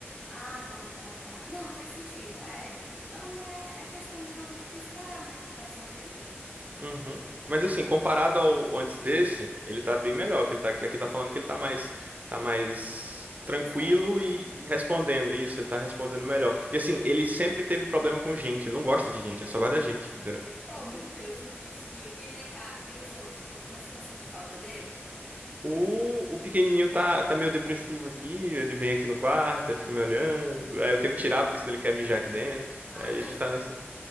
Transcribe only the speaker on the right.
Uhum. Mas assim,
comparado ao antes desse, ele tá bem melhor, que ele tá aqui tá falando que ele tá mais tá mais tranquilo
e, e respondendo isso, ele tá respondendo melhor. E assim, ele sempre teve problema com gente, ele não gosta de gente, ele só gosta da gente, entendeu?
O, o pequenininho tá, tá meio depressivo aqui, ele vem aqui no quarto, ele fica me olhando, aí eu tenho que tirar porque senão ele quer mijar aqui dentro.
Aí
a gente
tá nessa